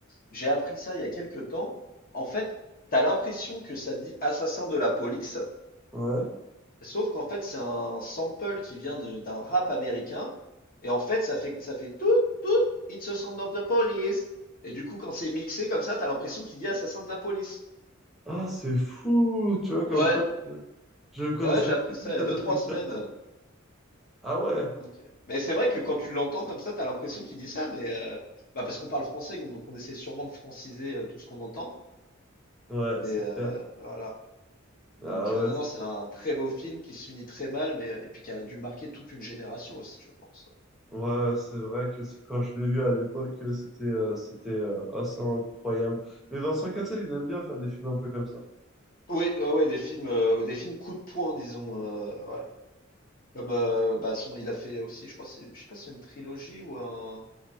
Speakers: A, on the left (about 45°); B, in the centre.
A: j'ai appris ça il y a quelques temps. En fait, t'as l'impression que ça dit assassin de la police,
B: Ouais.
A: sauf qu'en fait, c'est un sample qui vient de- d'un rap américain. Et en fait, ça fait, ça fait tout, tout, it's a sound of the police. Et du coup, quand c'est mixé comme ça, t'as l'impression qu'il dit assassin de la police.
B: Ah, c'est fou, tu vois, comme
A: Ouais,
B: quoi, je je connaissais
A: Ouais, j'ai
B: pas
A: appris ça
B: du tout
A: il y a
B: cette
A: deux-trois
B: technique.
A: semaines.
B: Ah ouais,
A: Donc, euh, mais c'est vrai que quand tu l'entends comme ça, tu as l'impression qu'il dit ça, mais euh, bah parce qu'on parle français, donc donc on essaie sûrement de franciser euh, tout ce qu'on entend.
B: ouais,
A: Mais
B: c'est
A: euh,
B: clair.
A: voilà.
B: Ah
A: Donc euh,
B: ouais,
A: non, non, c'est un très beau film qui se finit très mal, mais euh, et puis qui a dû marquer toute une génération aussi, je pense.
B: Ouais, c'est vrai que c'est- quand je l'ai vu à l'époque, euh, c'était euh, c'était euh, assez incroyable. Mais Vincent Cassel, il aime bien faire des films un peu comme ça.
A: Oui, ouais, ouais, des films, euh, des films coup de poing, disons. euh, ouais. Comme euh, bah, son, il a fait aussi, je crois, c'est, je sais pas, si c'est une trilogie ou un